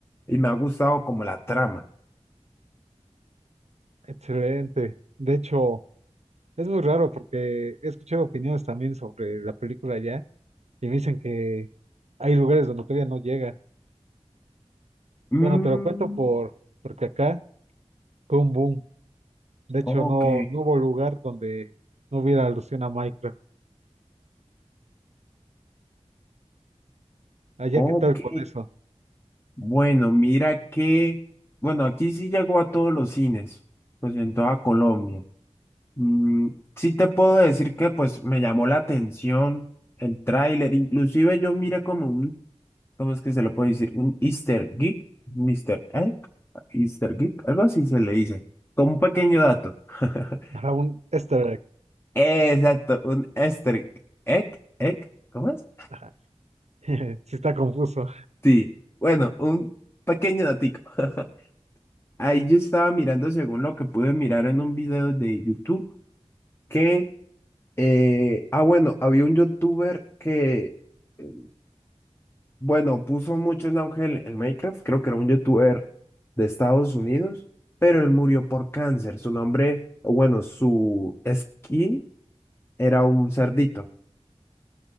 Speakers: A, on the left; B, on the right.
A: y me ha gustado como la trama.
B: Excelente. De hecho, es muy raro porque he escuchado opiniones también sobre la película allá y me dicen que hay lugares donde todavía no llega.
A: Mm,
B: Bueno, te lo cuento por, porque acá fue un boom. De hecho,
A: ok,
B: no, no hubo lugar donde no hubiera alusión a Minecraft. Allá,
A: ok.
B: ¿qué tal con eso?
A: Bueno, mira que, bueno, aquí sí llegó a todos los cines, pues en toda Colombia. Mm, sí te puedo decir que pues me llamó la atención el tráiler, inclusive yo miré como un ¿Cómo es que se lo puede decir? Un Easter Geek, Mister Egg, Easter Geek, algo así se le dice. Con un pequeño dato. <laughs>
B: Para un easter egg.
A: Exacto, un Easter Egg, Egg, ¿cómo es?
B: Ajá. <laughs> Sí está confuso.
A: Sí, bueno, un pequeño datico. <laughs> Ahí yo estaba mirando, según lo que pude mirar en un video de YouTube, que, eh, ah, bueno, había un youtuber que, eh, Bueno, puso mucho en auge el, el Minecraft, creo que era un youtuber de Estados Unidos, pero él murió por cáncer. Su nombre, o bueno, su skin era un cerdito.